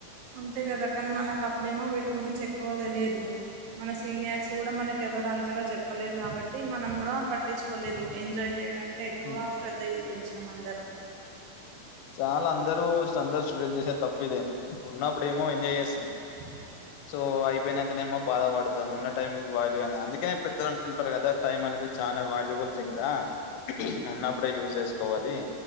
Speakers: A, on the right; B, on the left.
A: అంతే గదా కానీ మనకప్పుడేమో వీటి గురించి ఎక్కువ తెలియదు మన సీనియర్స్ గూడా మనకి ఎవరు అంతగా చెప్పలేదు కాబట్టి మనం గూడ పట్టిచ్ పొలేదు ఎంజాయ్ చేయడానికే ఎక్కువ
B: ఉమ్.
A: శ్రద్ధ చూపించాం అందరం
B: చాలా అందరూ అందరూ స్టూడెంట్ చేసే తప్పిదే ఉన్నప్పుడేమో ఎంజాయ్ చేస్తాం
A: బ్లాంక్
B: సో అయిపోయినంకనేమో బాధ పడుతం ఉన్న టైంకి వ్యాల్యూ అని అందుకనే పెద్దలు అంటుంటారు గదా టైమ్ అనేది చాన వాల్యుబుల్ థింగ్ రా ఉన్నప్పుడే యూజ్ జేసుకోవాలి